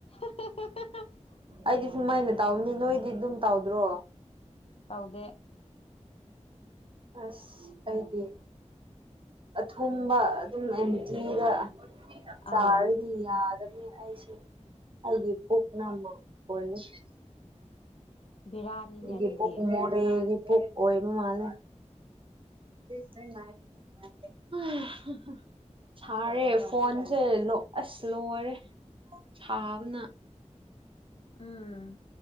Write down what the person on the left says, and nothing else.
<unintelligible>
ꯇꯧꯗꯦ
ꯑꯥ
ꯕꯤꯔꯥꯅꯤꯅꯦ
ꯑꯗꯨꯗꯤ
ꯎꯝ